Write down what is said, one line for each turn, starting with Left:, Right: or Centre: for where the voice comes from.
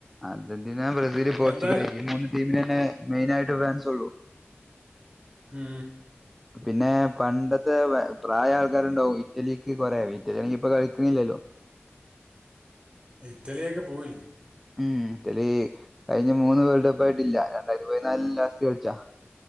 Centre: അർജന്റീന ബ്രസീൽ
Right: അപ്പം
Centre: പോർച്ചുഗൽ
Right: എന്തായാലും
Centre: ഈ മൂന്ന് ടീമിന നെ മെയിന് ആയിട്ട് ഫാൻസ് ഒള്ളൂ.
Right: ഉം
Centre: <unintelligible> പിന്നെ പണ്ടത്തെ പ്രായായ ആൾക്കാരുണ്ടാവും ഇറ്റലിക്ക് കൊറേ ഇറ്റലിയാണെങ്കി ഇപ്പൊ കളിക്കണില്ലല്ലോ.
Right: ഇറ്റലിയൊക്കെ പോയി.
Centre: ഉം ഇറ്റലി കഴിഞ്ഞ മൂന്ന് വേൾഡ് കപ്പ് ആയിട്ടില്ല രണ്ടായിരത്തി പതിനാലി ലാസ്റ്റ് കളിച്ചാ.